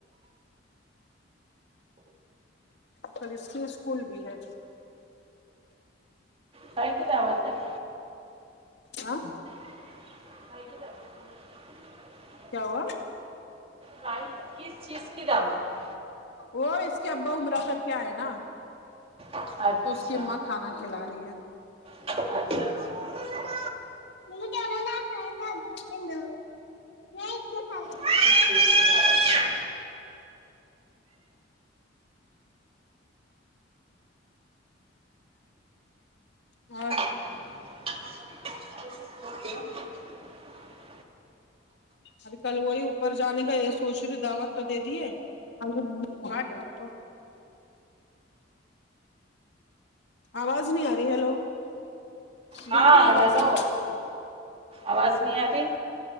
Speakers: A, on the left; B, on the right.
A: کل اس کی اسکول بھی ہے
B: کاہے دعوت ہے <unintelligible>
A: ہاں
B: <unintelligible>
A: کیا ہوا
B: بھائی کس چیز کی دعوت ہے
A: وہ اس کے ابا امرا کر کے آئے نا
B: ہے اچھا
A: اس کی امہ کھانا کھلا رہی ہے
B: اچھا اچھا
A: <unintelligible>
B: کس چیز کی دعوت ہے
A: اور
B: <unintelligible>
A: ابھی کل وہی اوپر جانے کا یہ سوچ رہ دعوت تو دے دیے <unintelligible> آواز نہیں آ رہی ہیلو بالکل
B: ہاں
A: آواز
B: ہیلو
A: نہیں آ رہی
B: آواز نہیں آ رہی